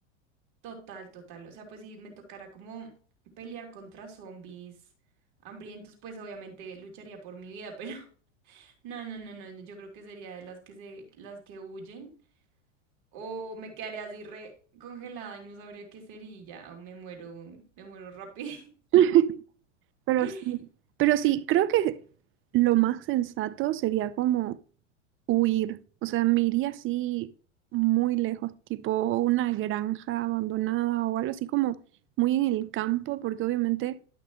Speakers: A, on the right (about 55°); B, on the right (about 35°).
A: Total, total. O sea, pues si me tocara como pelear contra zombies hambrientos, pues obviamente lucharía por mi vida, pero <laughs> no, no, no, no. no, Yo creo que sería de las que se, las que huyen. O me quedaría así re congelada y no sabría qué ser y ya me muero, me muero rápido.
B: <laughs> Pero
A: <laughs>
B: sí, pero sí, creo que lo más sensato sería como huir. O sea, me iría así muy lejos, tipo una granja abandonada o algo así como muy en el campo, porque obviamente